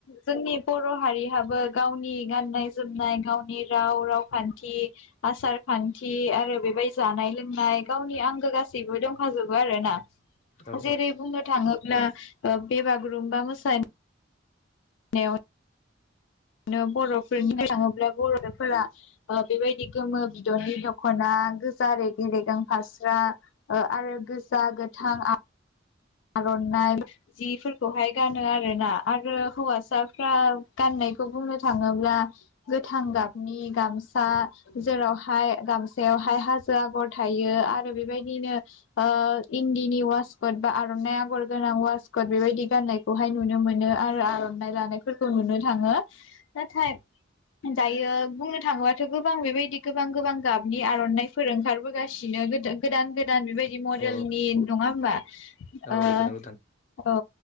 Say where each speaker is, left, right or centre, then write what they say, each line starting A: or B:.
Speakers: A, on the left (about 80°); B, on the left (about 40°).
A: जोंनि बर' हारिहाबो गावनि गाननाय जोमनाय गावनि राव रावखान्थि आसार खान्थि आरो बेबायदि जानाय लोंनाय बुंनाय गावनि आंगो गासैबो दंखाजोबो आरोना
B: औ
A: जेरै बुंनो थाङोब ब्ला बे बागुरुमबा मोसानो द <unintelligible> बिनो बर'फोरनि थाङोब्ला बर'फोरा बेबायदि गोमो बिदरनि दख'ना गोजा रेगि रेगें फास्रा आरो गोजा गोथां आर'नाइ जिफोरखौहाय गानो आरोना आरो हौवासाफ्रा गाननाय बेखौ बुंनो थाङोब्ला गोथां गाबनि गामसा जेरावहाय गामसाया बेयावहाय हाजो आगर थायो आरो बेबायदिनो इन्दिनि वासकद बा आरनाइ आगर गोनां वासकट बेबायदि गाननायखौहाय नुनो मोनो आरो आरनाइ लानायफोरखौ नुनो थांङो नाथाय दायो बुंनो थाङोबा गोबां गोबां बेबायदि गोबां गोबां गाबनि आरनाइफोर ओंखारबोगासिनो गोदान गोदान बेबायदि मडेलनि
B: औ
A: नङा होमबा
B: औ
A: ओ
B: औ गोदान गोदान
A: औ